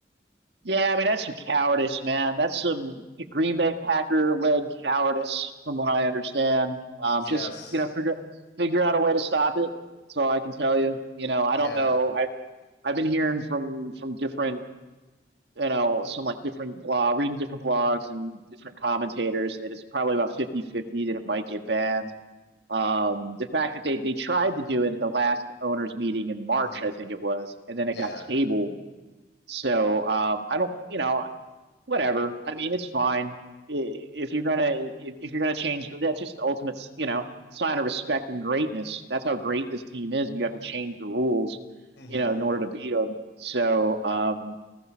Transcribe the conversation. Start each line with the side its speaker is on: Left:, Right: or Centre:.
Right: yeah, I mean, that's some cowardice, man. That's some Green Bay Packer led cowardice, from what I understand. Um,
Left: Yes.
Right: just you know, figure figure out a way to stop it. That's all I can tell you. You know, I
Left: Yeah.
Right: don't know. I I've been hearing from from different you know, some like different blog, reading different blogs and different commentators that it's probably about fifty-fifty that it might get banned. Um, the fact that they they tried to do it at the last owners meeting in March,
Left: hmm
Right: I think it was, and then it
Left: Yeah.
Right: got tabled. So um, I don't, you know, whatever. I mean, it's fine if you're gonna if, if you're gonna change. That's just the ultimate, you know, sign of respect and greatness. That's how great this team is. You have to change the rules,
Left: hmm
Right: you know, in order to beat them. So um,